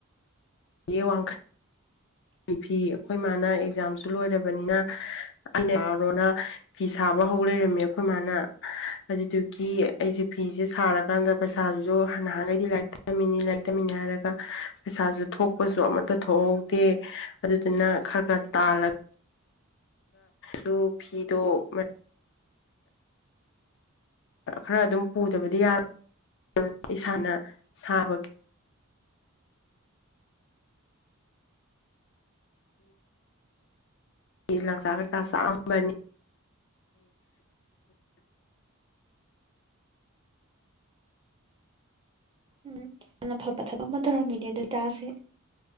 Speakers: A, on the left; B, on the right.
A: ꯌꯦꯡꯪꯈ ꯐꯤ ꯑꯩꯈꯣꯏ ꯏ ꯃꯥꯅ ꯑꯦꯛꯖꯥꯝꯁꯨ ꯂꯣꯏꯔꯕꯅꯤꯅ ꯑꯩꯅ ꯌꯥꯔꯣꯅ ꯐꯤ ꯁꯥꯕ ꯍꯧ ꯂꯩꯔꯝꯃꯦ ꯑꯩꯈꯣꯏ ꯃꯥꯅ ꯑꯗꯨꯗꯨꯒꯤ ꯑꯩꯁꯦ ꯐꯤꯁꯦ ꯁꯥꯔ ꯀꯥꯟꯗ ꯄꯩꯁꯥꯗꯨꯁꯨ ꯅꯍꯥꯟꯅꯩꯗꯤ ꯂꯥꯏꯔꯤꯛ ꯇꯝꯃꯤꯅꯤ ꯂꯥꯏꯔꯤꯛ ꯇꯝꯃꯤꯅꯤ ꯍꯥꯏꯔꯒ ꯄꯩꯁꯥꯁꯨ ꯊꯣꯛ ꯊꯣꯛꯄꯁꯨ ꯑꯃꯠꯇ ꯊꯣꯛꯍꯧꯗꯦ ꯑꯗꯨꯗꯨꯅ ꯈꯔ ꯈꯔ ꯇꯥꯜꯂꯒ ꯁꯨ ꯐꯤꯗꯣ ꯈꯔ ꯑꯗꯨꯝ ꯄꯨꯗꯕꯗꯤ ꯌꯥꯔꯣꯏ ꯏꯁꯥꯅ ꯁꯥꯕꯒꯤ ꯂꯥꯡꯁꯥꯡ ꯀꯩꯀꯥ ꯆꯥꯛꯑꯝꯕꯅꯤ
B: ꯎꯝ ꯌꯥꯝꯅ ꯐꯕ ꯊꯕꯛ ꯑꯃ ꯇꯧꯔꯝꯃꯤꯅꯦ ꯑꯗꯨꯇꯥꯥꯁꯦ